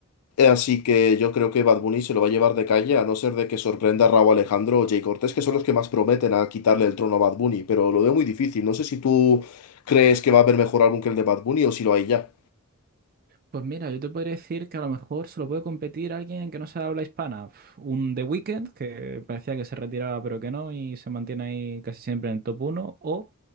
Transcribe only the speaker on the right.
Pues mira, yo te podría decir que a lo mejor se lo puede competir alguien que no sea de habla hispana. Uf, Un The Weeknd, que parecía que se retiraba pero que no y se mantiene ahí casi siempre en el top uno, O